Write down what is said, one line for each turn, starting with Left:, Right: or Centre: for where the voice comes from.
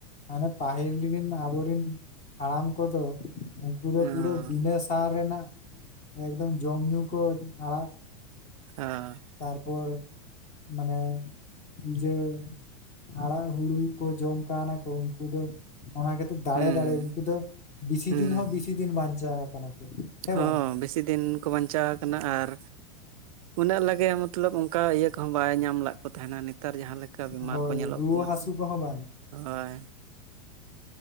Left: ᱢᱟᱱᱮ ᱯᱟᱹᱟᱦᱤᱞ ᱨᱤᱱ ᱟᱵᱚᱨᱤᱱ ᱦᱟᱲᱟᱢ ᱠᱚᱫᱚ᱾ ᱯᱩᱨᱟᱹ
Right: ᱦᱚᱸ
Left: ᱯᱩᱨᱟᱹ ᱵᱤᱱᱟᱹ ᱥᱟᱨ ᱨᱮᱱᱟᱜ ᱮᱠᱫᱚᱢ ᱡᱚᱢ ᱧᱩ ᱠᱚ ᱟᱲᱟᱜ᱾
Right: <inaudible>
Left: ᱛᱟᱨᱯᱚᱨ ᱢᱟᱱᱮ ᱵᱩᱡᱷᱟᱹᱣ ᱾ ᱟᱲᱟᱜ ᱦᱩᱲᱩ ᱠᱚ ᱡᱚᱢ ᱠᱟᱱᱟ ᱠᱚ ᱩᱱᱠᱩ ᱫᱚ ᱚᱱᱟ ᱜᱮ᱾ ᱫᱟᱲᱮ
Right: ᱦᱚᱸ ᱦᱩᱸ
Left: ᱫᱟᱲᱮ ᱩᱱᱠᱩ ᱫᱚ ᱵᱮᱥᱤ
Right: ᱦᱩᱸ
Left: ᱫᱤᱱ ᱦᱚᱸ ᱵᱮᱥᱤ ᱫᱤᱱ ᱵᱟᱧᱪᱟᱣ ᱟᱠᱟᱱᱟ ᱠᱚ᱾ ᱥᱮ
Right: ᱦᱚᱸ
Left: ᱵᱟᱝ
Right: ᱵᱮᱥᱤ ᱫᱤᱱ ᱠᱚ ᱵᱟᱧᱪᱟᱣ ᱟᱠᱟᱱᱟ ᱟᱨ᱾ ᱩᱱᱟᱹᱜ ᱞᱟᱜᱮ ᱢᱚᱛᱞᱚᱵ ᱚᱱᱠᱟ ᱤᱭᱟᱹ ᱠᱚᱦᱚᱸ ᱵᱟᱭ ᱧᱟᱢ ᱞᱮᱫ ᱠᱚ ᱛᱟᱦᱮᱱᱟ ᱱᱮᱛᱟᱨ ᱡᱟᱦᱟᱸ ᱞᱮ᱾ ᱠᱟ ᱵᱤᱢᱟᱨ
Left: ᱦᱳᱭ
Right: ᱠᱚ ᱧᱮᱞᱚᱜ
Left: ᱨᱩᱣᱟᱹ
Right: ᱠᱟᱱᱟ
Left: ᱦᱟᱹᱥᱩ
Right: ᱥᱮ
Left: ᱠᱚᱦᱚᱸ ᱵᱟᱝ
Right: ᱦᱳᱭ᱾